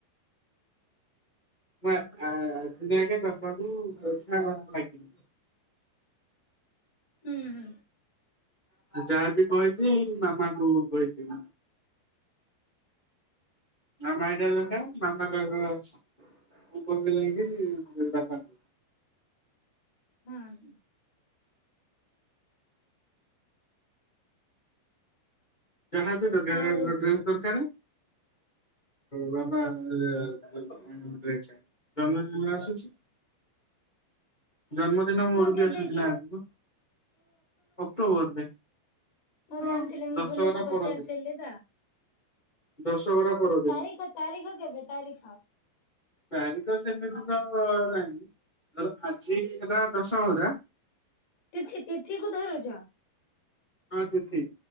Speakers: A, on the left (about 20°); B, on the left (about 45°).
A: ମୁଁ ଆ-ଆଜି ଯାଗେଁ ବାପାଙ୍କୁ ପଇଷା ମାଗିନି।
B: ହୁଁ ହୁଁ।
A: ଯାହା ବିି କହିବି ମାମାକୁ କହିଚି। ମାମା ଏଇଟା ଦରକାର ମାମା କହିବେ ଯାଇଁକି ବାପାଙ୍କୁ।
B: ହୁଁ ହୁଁ।
A: ଜାହାବି ଦରକାର
B: ଆଉ
A: <unintelligible> ଡ୍ରେସ୍‌ ଦରକାର। ବାବା ଏ <unintelligible> ଡ୍ରେସ ଆଣିବିଜନ୍ମଦିନ ଆସୁଚ। <inaudible> ଜନ୍ମଦିନ ମୋର
B: କେବେ
A: ବି ଆସୁଚି
B: କି?
A: ନା ଆଗକୁ ଅକ୍ଟୋବରରେ।
B: ମୁଁ
A: ହଁ
B: ଜାଣିଥିଲେ ମୁଁ
A: ଦଶହରା
B: ବୁନି ମୁଁ ପଚାରିଥିଲି
A: ପରଦିନ
B: ତ
A: ଦଶହରା ପରଦିନ
B: ତାରିଖ ତାରିଖ କେବେ ତାରିଖ?
A: ତାରିଖ ସେବେଠୁ ତ ନାହିଁ। ଧର ଆଜି ହେଲା ଦଶହରା।
B: ତିଥି ତିଥି କୁ ଧରୁଚ?
A: ହଁ ତିଥି